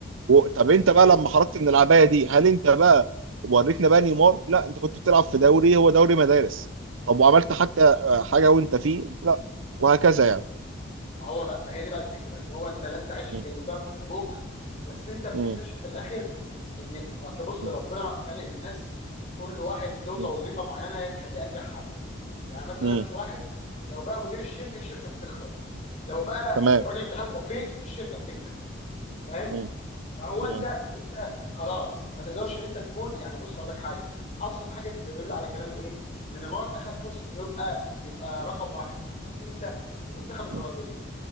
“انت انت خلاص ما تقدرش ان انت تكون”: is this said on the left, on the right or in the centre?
Left